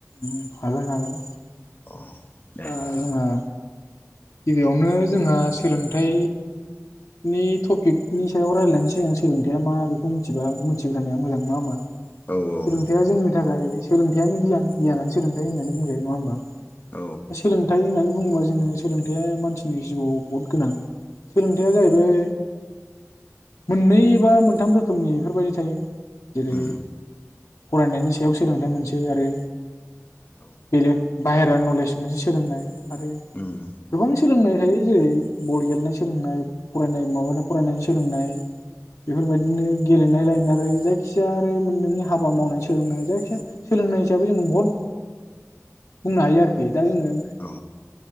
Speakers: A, on the left; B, on the left.
A: उम हागोन हागोन।
B: अ दे
A: ओ जोंहा। गिबियावनो जोंहा सोलोंथाइ नि टपिकनि सायाव रायलायनै जोङो सोलोंथायाइआ मा बेखौ मिथिबा मिथिग्रोनाया मोजां नङा होमबा?
B: औ औ
A: सोलोंथाइया जोंनि थाखाय। सोलोंथाइयानो गियान गियानानो सोलोंथाइ होननानै बुंजायो नङा होमबा?
B: औ
A: सोलोंथाइ होननानै बुङोबा जो ङो। सोलोंथाइया मानसिनि जिउआव बहुद गोनां। सोलोंथाइया जाहैबाय। मोननै बा मोनथाम रोखोमनि इफोरबायदि थायो। जेरै
B: उम
A: फरायनायनि सायाव सोलोंथाइ मोनसे आरो।
B: औ।
A: बेलेग बाहेरा नलेज मोनसे सोलोंनाय। आरो
B: उम।
A: गोबां सोलोंनाय थायो जेरै बल गेलेनाय सोलोंनाय फरायनाय माबानाय फरायनायनि सोलोंनाय। बेफोरबादिनो।
B: औ
A: गेलेनाय लायमारो जायखिजाया आरो नों नोंनि हाबा मावनाय सोलोंनाय जायखिजाया सोलोंनाय हिसाबै जों बहद। बुंनो
B: औ
A: हायोआरोखि दायो जोङो।
B: औ